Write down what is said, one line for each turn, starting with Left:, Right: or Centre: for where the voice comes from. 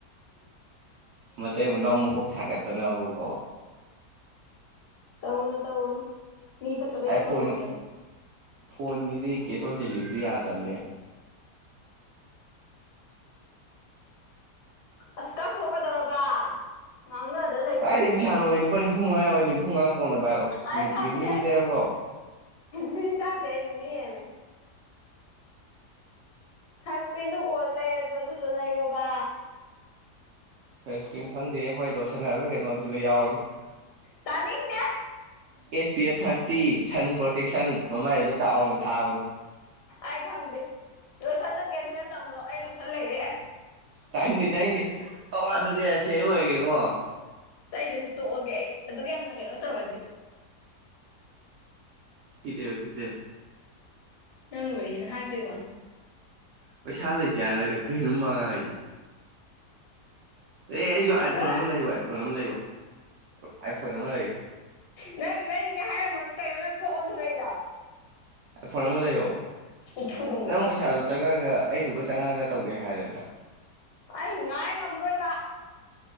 Right: ꯃ ꯏ ꯅꯧꯃꯛꯒ ꯁꯥꯀꯠꯇ ꯅ ꯀꯣ
Left: ꯇꯧꯅ ꯇꯧꯅ ꯃꯤ ꯐꯠꯇꯕꯩ
Right: ꯑꯥꯏꯐꯣꯟ
Left: ꯊꯕꯛ ꯀꯧꯋꯦꯗ
Right: ꯐꯣꯟꯒꯤꯗꯤ ꯀꯦꯁ ꯑꯣꯟ ꯗꯦꯂꯤꯚꯔꯤ ꯌꯥꯗꯕꯅꯦ
Left: ꯑꯁ ꯀꯛꯈ꯭ꯔꯣꯒꯗꯧꯔꯕ ꯉꯪꯅ ꯑꯗ
Right: ꯀꯏꯗꯤ ꯄꯩꯁꯥ ꯅꯣꯃꯦꯦ ꯂꯨꯄꯥ ꯅꯤꯐꯨ ꯃꯉꯥ ꯌꯥꯎꯋꯦ ꯅꯤꯐꯨ ꯃꯉꯥ ꯀꯣꯟꯅꯕ ꯍꯥꯏꯔꯣ
Left: ꯑꯩ ꯈꯪꯗꯦ
Right: ꯃꯤꯃꯤ ꯂꯩꯔꯧꯔꯣ
Left: ꯃꯤ ꯆꯥꯇ ꯃꯤꯅꯦ ꯁꯟꯁꯀ꯭ꯔꯤꯟꯗꯨꯣ ꯀꯣꯟ ꯂꯩꯔꯁꯨ ꯑꯗꯨꯗꯣ ꯂꯩꯔꯣꯕ
Right: ꯁꯟꯁꯀ꯭ꯔꯤꯝ ꯈꯪꯗꯦ ꯑꯩꯈꯣꯏ ꯂꯣꯁꯟ ꯍꯥꯏꯕ꯭ꯔꯥ ꯀꯩꯅꯣ ꯑꯗꯨꯗ ꯌꯥꯎꯔꯝꯅꯤ
Left: ꯇꯥꯅꯤꯡꯗꯦ
Right: S P F thirty sun protection ꯃꯃꯥꯏꯗꯨꯗ ꯆꯥꯎꯅ ꯊꯥꯕꯅꯤ
Left: ꯑꯩ ꯈꯪꯗꯦ ꯂꯣꯠꯁꯟꯗꯣ ꯀꯦꯟꯁꯦꯜ ꯇꯧ꯭ꯔꯣ ꯑꯩ ꯂꯣꯠꯁꯟ ꯂꯩꯔꯦ ꯌꯥꯔꯦ
Right: ꯇꯥꯏꯗꯦ ꯇꯥꯏꯗꯦ ꯑꯣ ꯑꯗꯨꯗꯤ ꯑꯁꯤ ꯑꯩ ꯑꯣꯏꯔꯒꯦꯀꯣ
Left: ꯇꯩꯗꯁꯨ ꯇꯣꯛꯑꯒꯦ ꯑꯩ ꯑꯗꯨꯒ ꯌꯥꯝꯅ ꯀꯩꯅꯣ ꯇꯧꯔꯗꯤ
Right: ꯊꯗꯦ ꯊꯦ
Left: ꯅꯪ ꯂꯩꯏꯌꯦꯅ ꯍꯥꯏꯗꯣꯏ ꯋꯥ
Right: ꯄꯩꯁꯥ ꯂꯩꯇꯦ ꯍꯥꯏꯔꯒ ꯀꯩꯅꯣꯝ ꯃꯉ ꯍꯥꯏꯁꯦ ꯑꯦ ꯑꯩꯁꯨ ꯑꯥꯏꯐꯣꯟ
Left: ꯅꯪ
Right: ꯑꯃ ꯂꯩꯌꯣ ꯑꯥꯏꯐꯣꯟ ꯑꯃ ꯂꯩꯌꯣ ꯑꯥꯏꯐꯣꯟ ꯑꯃ ꯂꯩꯌꯨ
Left: ꯅꯪ ꯂꯩꯒꯦ ꯍꯥꯏꯔꯃꯛ ꯀꯩꯅꯣ ꯅꯪ ꯊꯣꯛ ꯑꯣꯟꯊꯣꯔꯛꯏꯗꯣ
Right: ꯐꯣꯟ ꯑꯃ ꯂꯩꯌꯣ
Left: ꯎꯐꯨ ꯑꯗꯨꯝ
Right: ꯅꯪ
Left: ꯂꯩꯌꯣ
Right: ꯄꯩꯁꯥꯗꯣ ꯆꯪꯉꯛꯒ ꯑꯩꯗꯨꯒ ꯆꯪꯉꯛꯒ ꯇꯧꯖꯦ ꯍꯥꯏꯗꯅ
Left: ꯑꯩ ꯉꯥꯏ ꯉꯝꯃꯔꯣꯏꯕ